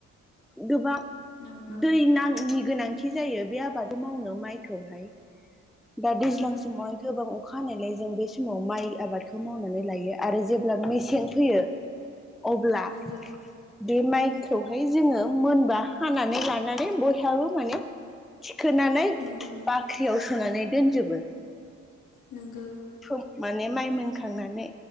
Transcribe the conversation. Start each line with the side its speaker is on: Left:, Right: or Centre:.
Centre: गोबां
Left: नंगौ
Centre: दै नाङिनि गोनांथि जायो बे आबादखौ मावनो माइखौहाय दा दैज्लां
Left: नंगौ
Centre: समावहाय गोबां अखा हानायलाय जों बे समाव माइ आबादखौ मावनानै लायो आरो जेब्ला मे सें फैयो अब्ला
Left: नंगौ
Centre: बे माइखौहाय जोङो मोनबा हानानै लानानै बयहाबो माने थिखोनानै बाख्रियाव
Left: नंगौ
Centre: सोनानै दोनजोबो।
Left: नोंगौ।
Centre: सम माने माइ मोनखांनानै